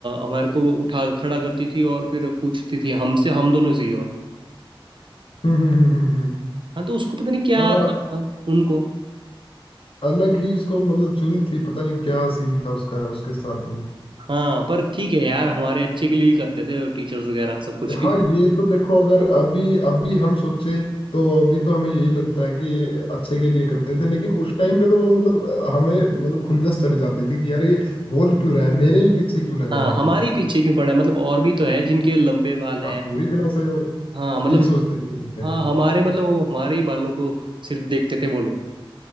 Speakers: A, on the right (about 60°); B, on the left (about 75°).
A: हमारे को वो उठा खड़ा करती थी और फिर पूछती थी हमसे हम दोनों से ही और
B: हम्म हम्म हम्म हम्म हम्म।
A: हाँ तो उसको पता नहीं क्या
B: हाँ
A: था उनको
B: अलग ही उसको मतलब चुल थी पता नहीं क्या सीन था उसका उसके साथ भी
A: हाँ पर ठीक है यार हमारे अच्छे के लिए ही करते थे टीचर्स वगैरह सब कुछ
B: हाँ
A: क्यों
B: ये तो देखो अगर अभी अभी हम सोचे तो अभी तो हमें यही लगता है कि अच्छे के लिए करते थे लेकिन उस टाइम पे तो वो मतलब हमें मतलब खुंदस चढ़ जाती थी कि यार ये बोल क्यों रहा है मेरे ही पीछे क्यों लगा
A: हाँ
B: हुआ
A: हमारे
B: है ये
A: ही पीछे क्यों पड़ा है मतलब और भी तो है जिनके लंबे बाल हैं
B: हाँ पूरी क्लास है यार
A: हाँ मतलब
B: यही सोचते थे उस time
A: हाँ
B: पे।
A: हमारे मतलब वो हमारे ही बालों को सिर्फ देखते थे वो लोग